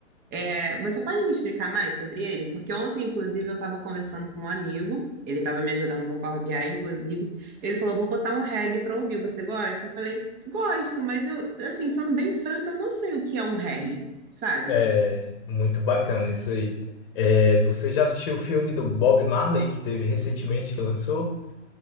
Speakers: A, on the right; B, on the left.
A: É, você pode me explicar mais sobre ele? Porque ontem, inclusive, eu estava conversando com um amigo, ele estava me ajudando com o Power BI, inclusive. Ele falou: Vou botar um reggae para ouvir, você gosta? Eu falei: Gosto, mas eu, assim, sendo bem franca, eu não sei o que é um reggae, sabe?
B: É muito bacana isso aí. É, você já assistiu o filme do Bob Marley que teve recentemente que lançou?